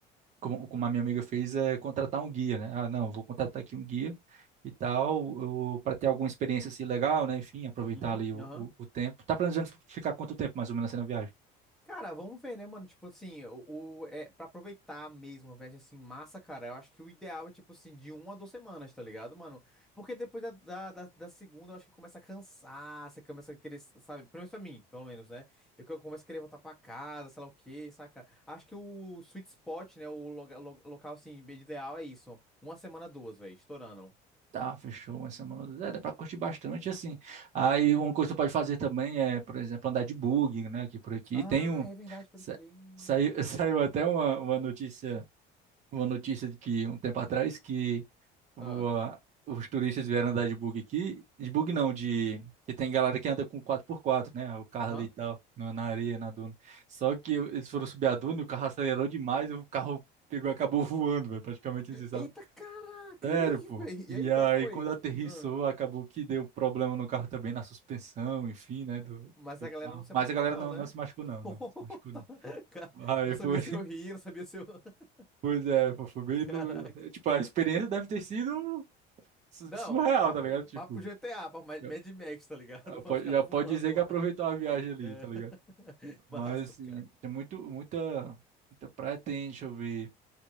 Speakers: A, on the right (about 40°); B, in the centre.
A: como, como a minha amiga fez, é contratar um guia, né? Ah, não, vou contratar aqui um guia e tal, para ter alguma experiência assim legal, né? Enfim, aproveitar
B: Uhum,
A: ali
B: aham.
A: o, o, o tempo. Tá planejando ficar quanto tempo mais ou menos assim na viagem?
B: Cara, vamos ver, né, mano? Tipo assim, o, o- é, pra aproveitar mesmo uma viagem assim, massa, cara, eu acho que o ideal é, tipo assim, de uma a duas semanas, tá ligado, mano? Porque depois da, da, da, da segunda, eu acho que começa a cansar, você começa a querer, sabe? Pelo menos pra mim, pelo menos, né? Eu co- começo a querer voltar pra casa, sei lá o quê, saca? Acho que o sweet spot, né, o loga- lo- local, assim, ideal é isso. Uma semana, duas, velho, estourando.
A: Tá, fechou uma semana. É, dá pra curtir bastante, assim. Aí uma coisa que tu pode fazer também é, por exemplo, andar de buggy, né? Aqui por aqui.
B: Ah,
A: Tem um.
B: é verdade, pode
A: sa-
B: crer.
A: Saiu, <laughs> saiu até uma, uma notícia, uma notícia de que um tempo atrás que o-
B: Ah,
A: os turistas vieram andar de buggy aqui. De buggy não, de. Que tem galera que anda com quatro por quatro, né? O carro
B: aham,
A: ali e tal, na na areia, na duna. Só que eles foram subir a duna e o carro acelerou demais, e o carro pegou, e acabou <laughs> voando, velho. Praticamente isso, sabe?
B: Eita, caraca!
A: Sério,
B: E aí,
A: pô.
B: velho?
A: E
B: E aí, qual
A: aí,
B: foi?
A: quando aterrissou,
B: Hã?
A: acabou que deu problema no carro também, na suspensão, enfim, né, do,
B: Mas
A: do
B: a galera
A: carro.
B: não se
A: Mas
B: machucou,
A: a galera
B: não,
A: não,
B: né?
A: não se machucou,
B: <laughs>
A: não, não
B: Oh,
A: se machucou,
B: Tá,
A: não.
B: ca-
A: Aí
B: Não sabia
A: foi, <laughs>
B: se eu ria, não sabia se eu. <laughs>
A: pois é, pô, foi bem louco.
B: Caraca.
A: Tipo, a experiência deve ter sido su-
B: Não,
A: surreal,
B: papo,
A: tá ligado? Tipo,
B: papo GTA, papo Mad
A: já,
B: Mad Max, tá ligado?
A: já
B: <laughs>
A: pode,
B: Os caras
A: já pode
B: voando
A: dizer que
B: lá.
A: aproveitou a viagem ali,
B: É.
A: tá ligado?
B: <laughs> Massa,
A: Mas, assim,
B: cara.
A: tem muito, muita, muita praia, tem, deixa eu ver.